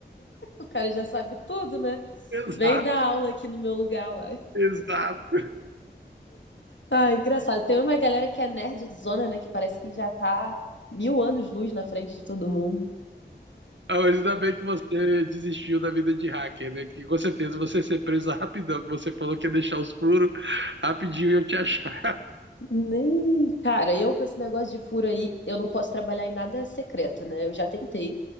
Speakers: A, on the left; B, on the right.
A: O cara já sabe tudo, né?
B: <laughs> Exato,
A: Vem dar aula aqui no meu lugar, uai.
B: exato.
A: Ah, engraçado. Tem uma galera que é nerdzona, né? Que parece que já tá mil anos-luz na frente de todo mundo.
B: Ah, mas Ainda bem que você desistiu da vida de hacker, né? Que com certeza você ia ser preso rapidão, que você falou que ia deixar os furos rapidinho e eu te achar <laughs>
A: Nem. Cara, eu com esse negócio de furo aí, eu não posso trabalhar em nada secreto, né? Eu já tentei,